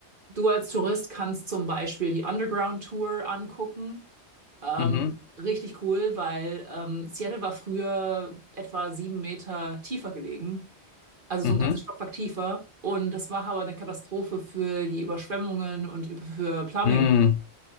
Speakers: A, on the right (about 50°); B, on the left (about 85°).
A: du als Tourist kannst zum Beispiel die Underground Tour angucken. Ähm,
B: Mhm.
A: richtig cool, weil ähm, Seattle war früher etwa sieben Meter tiefer gelegen also
B: Mhm.
A: so ein ganzes Stockwerk tiefer. Und das war aber eine Katastrophe für die Überschwemmungen und über- für Plumbing.
B: Hm.